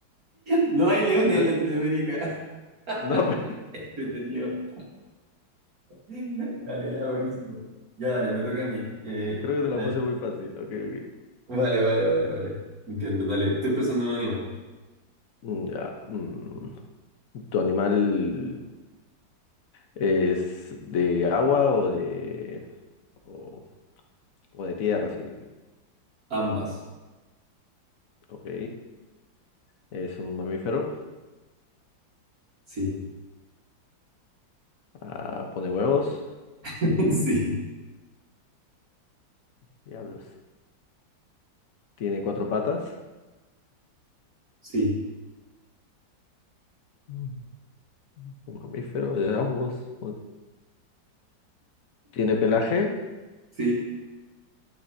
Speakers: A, on the right (about 50°); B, on the left (about 50°).
A: No hay leones
B: <laughs> Creo-
A: en Latinoamérica.
B: No, pues,
A: <laughs> Entretenido. Dale, ya, buenísimo. Ya, dale, me toca a mí. Eh,
B: <laughs> creo que te
A: ya.
B: la puse muy fácil. Ok, ok.
A: Vale, vale, vale, vale. Entiendo, dale. Estoy pensando en un animal.
B: Mm, Ya. mm. ¿Tu animal es de agua o de o, o de tierra? Sí.
A: Ambas.
B: Ok. Es un mamífero.
A: Sí.
B: Ah, pone huevos.
A: <laughs> Sí.
B: Diablos. Tiene cuatro patas.
A: Sí.
B: Mm. Un mamífero de ambos. Tiene pelaje.
A: Sí.